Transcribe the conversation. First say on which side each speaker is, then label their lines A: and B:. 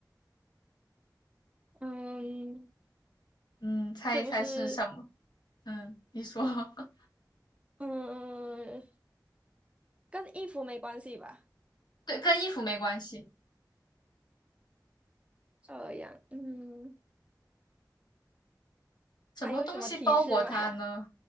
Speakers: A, on the right (about 15°); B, on the left (about 80°).
A: 嗯，
B: 嗯，猜一猜是什么？
A: 是不是？
B: 嗯，你说。<laughs>
A: 嗯，跟衣服没关系吧？
B: 对，跟衣服没关系。
A: 这样，嗯。
B: 什么东西包裹他呢？
A: 还有什么提示吗？<laughs>